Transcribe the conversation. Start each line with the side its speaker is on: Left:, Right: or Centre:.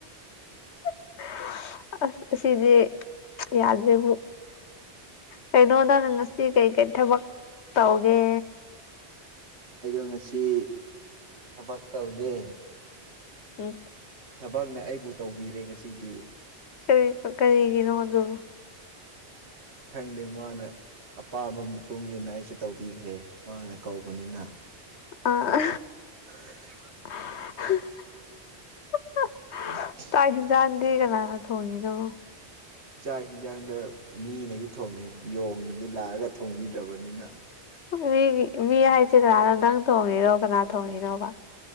Left: <inaudible> ꯑꯁ ꯑꯁꯤꯗꯤ ꯌꯥꯗ꯭ꯔꯦꯕꯨ ꯀꯩꯅꯣ ꯅꯪꯅ ꯉꯁꯤ ꯀꯩ ꯀꯩ ꯊꯕꯛ ꯇꯧꯒꯦ
Right: ꯑꯩꯗꯣ ꯉꯁꯤ ꯊꯕꯛ ꯇꯧꯗꯦ
Left: ꯎꯝ
Right: ꯊꯕꯛꯅ ꯑꯩꯕꯨ ꯇꯧꯕꯤꯔꯦ ꯉꯁꯤꯗꯤ
Left: ꯀꯔꯤ ꯀꯔꯤꯒꯤꯅꯣ ꯑꯗꯨ
Right: ꯈꯪꯗꯦ ꯃꯥꯅ ꯑꯄꯥꯝꯕ ꯃꯇꯨꯡ ꯏꯟꯅ ꯑꯩꯁꯨ ꯇꯧꯕꯤꯈ꯭ꯔꯦ ꯃꯥꯅ ꯀꯧꯕꯅꯤꯅ
Left: ꯑꯥ
Right: <inaudible>
Left: <inaudible>
Right: <inaudible>
Left: ꯇꯥꯛ ꯍꯦꯟꯖꯥꯡꯗꯤ ꯀꯅꯥꯅ ꯊꯣꯡꯉꯤꯅꯣ
Right: ꯆꯥꯛ ꯌꯦꯟꯖꯥꯡꯅ ꯃꯤꯅꯗꯤ ꯊꯣꯡꯉꯦ ꯌꯣꯡꯅꯗꯤ ꯂꯥꯛꯑꯒ ꯊꯣꯡꯕꯤꯗ꯭ꯔꯕꯅꯤꯅ
Left: ꯃꯤꯒꯤ ꯃꯤ ꯍꯥꯏꯁꯦ ꯀꯅꯥꯅꯣ ꯅꯪ ꯊꯣꯡꯉꯤꯅꯣ ꯀꯅꯥ ꯊꯣꯡꯉꯤꯅꯣꯕ